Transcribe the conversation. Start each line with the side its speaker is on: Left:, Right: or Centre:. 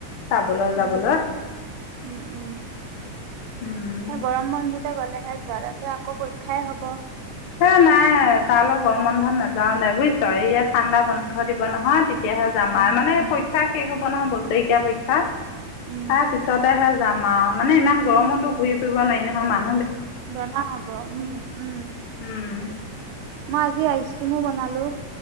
Left: চাবলৈ,
Right: উম,
Left: যাবলৈ
Right: উম, উম।
Left: উম
Right: এ গৰম বন্ধত গ'লেহে যোৱা তাৰ পিছত আকৌ পৰীক্ষাই হব।
Left: হে নাই তালৈ গৰম বন্ধন নাযাও দে বুজিছ ইয়াত ঠাণ্ডা বন্ধ
Right: উম,
Left: দিব নহয় তেতিয়াহে যাম
Right: উম,
Left: আ মানে
Right: উম,
Left: পৰীক্ষা শেষ হ'ব কণ বছেৰেকীয়া পৰীক্ষা।
Right: উম,
Left: তা পিছতে হে যাম আৰু মানে ইমান গৰমতো ঘূৰি ফুৰিব নোৱাৰি নহয় মান
Right: জনান হ'ব উম, উম।
Left: উম।
Right: মই আজি আইচক্ৰীমো বনালো।